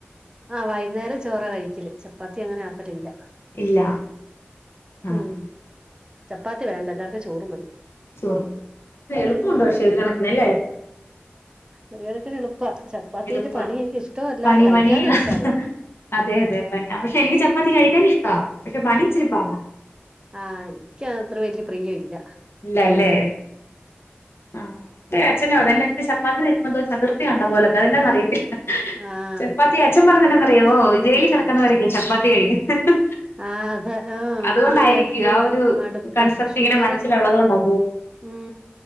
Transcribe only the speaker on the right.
ആഹ് വൈന്നേരം ചോറ കഴിക്കല് ചപ്പാത്തി അങ്ങനെ കഴികലില്ല
ഉം ചപ്പാത്തി വേണ്ട എല്ലാർക്കും ചോറ് മതി
ഒരുകണക്കിന് എളുപ്പ ചപ്പാത്തിന്റെ
പണി എനിക്ക് ഇഷ്ടല്ല
കഴിക്ക കഴിക്കാനും
ഇഷ്ട അല്ല
ആഹ എനിക്കത്ര വലിയ പ്രിയല്ല
ആഹ്
ആഹ്
ആഹ് അതെ ആഹ്
മടുപ്പാ
ഷുഗറൊക്കെ
ഉം